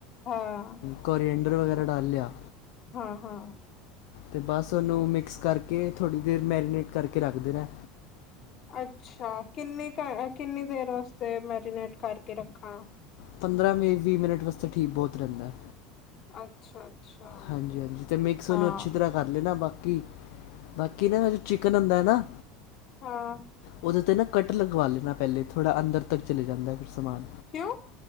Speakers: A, on the left; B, on the left.
A: ਹਾਂ।
B: ਕੋਰੀਏਂਡਰ ਵਗੈਰਾ ਡਾਲ ਲਿਆ।
A: ਹਾਂ, ਹਾਂ।
B: ਤੇ ਬਸ ਉਹਨੂੰ ਮਿਕਸ ਕਰਕੇ, ਥੋੜ੍ਹੀ ਦੇਰ ਮੈਰੀਨੇਟ ਕਰਕੇ ਰੱਖਦੇਣੈ।
A: ਅੱਛਾ, ਕਿੰਨੀ ਕ ਕਿੰਨੀ ਦੇਰ ਵਾਸਤੇ, ਮੈਰੀਨੇਟ ਕਰਕੇ ਰੱਖਾ?
B: ਪੰਦਰਾਂ ਮ ਵੀਹ ਮਿੰਟ ਵਾਸਤੇ ਠੀਕ ਬਹੁਤ ਰਹਿੰਦੈ।
A: ਅੱਛਾ, ਅੱਛਾ।
B: ਹਾਂਜੀ, ਹਾਂਜੀ ਤੇ ਮਿਕਸ ਉਹਨੂੰ
A: ਹਾਂ
B: ਅੱਛੀ ਤਰ੍ਹਾਂ ਕਰ ਲੈਣਾ ਬਾਕੀ, ਬਾਕੀ ਨਾ ਜੋ ਚਿਕਨ ਹੁੰਦੈ ਨਾ?
A: ਹਾਂ
B: ਉਹਦੇ ਤੇ ਨਾ ਕੱਟ ਲਗਵਾ ਲੈਨਾ ਪਹਿਲੇ, ਥੋੜ੍ਹਾ ਅੰਦਰ ਤੱਕ ਚਲੇ ਜਾਂਦੈ ਫਿਰ ਸਮਾਨ।
A: ਕਿਉਂ?